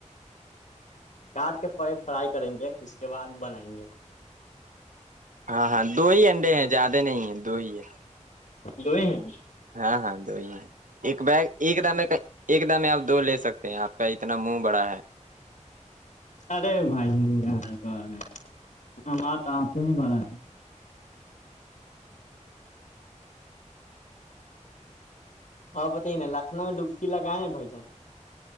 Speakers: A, on the left; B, on the right.
A: کاٹ کے پ فرائی کریں گے اس کے بعد بنائیں گے
B: ہاں ہاں دو ہی انڈے ہیں زیادہ نہیں ہیں دو ہی ہے
A: دو ہی ہیں
B: ہاں ہاں دو ہی ہے ایک بیگ ایک د ایک دم میں آپ دو لے سکتے ہیں آپ کا اتنا منہ بڑا ہے
A: ارے بھ جن گاں کر ہے ہم آتا آپ سے نہیں ب رہ آیا تھا ہاں پت ہی نا لکھنؤ میں ڈبکی لگا ہیں بھائی جان